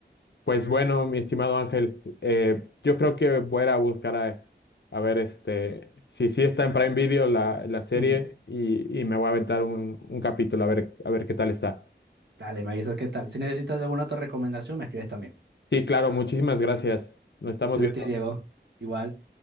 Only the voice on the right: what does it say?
Ujú.
Dale, me avisas qué tal. Si necesitas alguna otra recomendación, me escribes también.
Gracias
a ti, Diego. Igual.